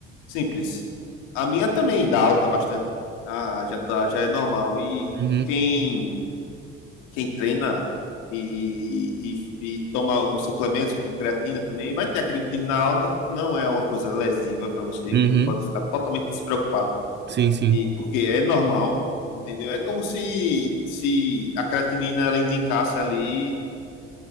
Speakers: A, on the left (about 75°); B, on the right (about 35°).
A: Simples. A minha também dá alta bastante. Ah, já tá, já é normal. E
B: uhum,
A: quem, quem treina e, e, e toma alguns suplementos, como creatina também, vai ter a creatina alta. Não é uma coisa lesiva para você.
B: uhum.
A: Pode ficar totalmente despreocupado.
B: Sim, sim.
A: E porque é normal, entendeu? É como se, se a creatinina ela indicasse ali